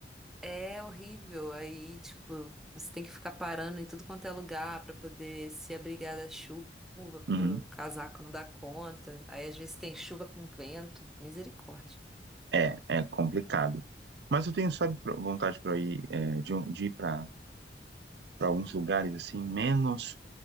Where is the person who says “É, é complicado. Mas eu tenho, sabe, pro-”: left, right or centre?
Right